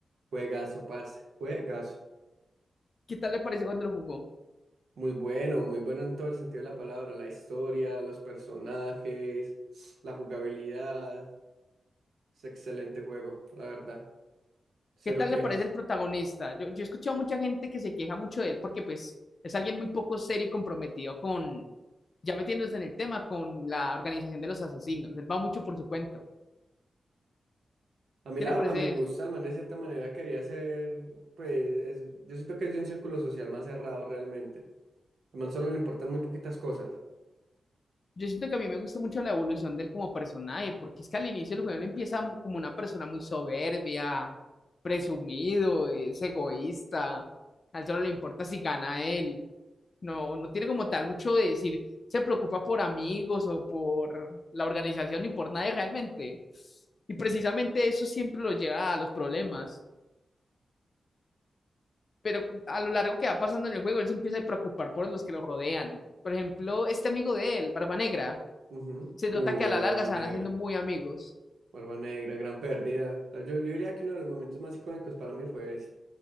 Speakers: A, on the right; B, on the left.
A: Juegazo, parce. Juegazo.
B: ¿Qué tal le parece cuando lo jugó?
A: Muy bueno, muy bueno en todo el sentido de la palabra. La historia, los personajes, la jugabilidad. Es excelente juego, la verdad. Cero
B: ¿Qué tal
A: quejas.
B: le parece el protagonista? Yo, yo he escuchado a mucha gente que se queja mucho de él porque pues es alguien muy poco serio y comprometido con, ya metiéndose en el tema, con la organización de los asesinos. Él va mucho por su cuento.
A: A mí
B: ¿Qué
A: la
B: le
A: verdad
B: parece
A: me gusta, el man de cierta manera quería ser, pues, es- yo siento que es de un círculo social más cerrado realmente. Al man solo le importan muy poquitas cosas.
B: Yo siento que a mí me gusta mucho la evolución de él como personaje, porque es que al inicio el juego él empieza m- como una persona muy soberbia, presumido, es egoísta, a él solo le importa si gana él, no, no tiene como tal mucho de decir, se preocupa por amigos o por la organización ni por nadie realmente. Y precisamente eso siempre lo lleva a los problemas. Pero a lo largo que va pasando en el juego, él se empieza a preocupar por los que lo rodean. Por ejemplo, este amigo de él, Barba Negra.
A: Ujú.
B: se nota
A: Uh,
B: que a
A: el
B: la
A: Barba
B: larga se
A: Negra.
B: van haciendo muy amigos.
A: Barba Negra, gran pérdida. O sea, Yo, yo diría que uno de los momentos más icónicos para mí fue ese,